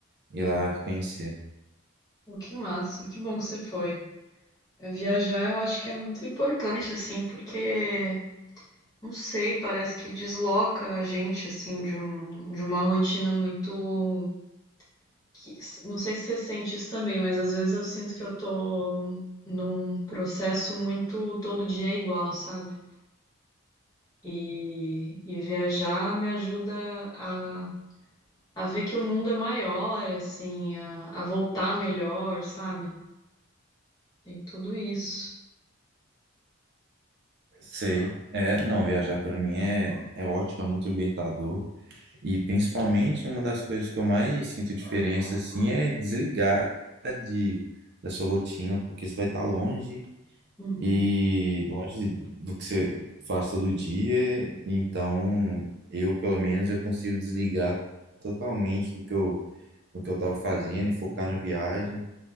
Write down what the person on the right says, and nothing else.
ir
lá conhecer.
Sei, é, não, viajar para mim é, é ótimo, é muito libertador. E principalmente uma das coisas que eu mais sinto diferença assim é desligar de, da sua rotina, porque você vai estar longe.
E longe de- do que você faz todo dia, então eu, pelo menos, eu consigo desligar totalmente do que eu, do que eu estava fazendo e focar na viagem,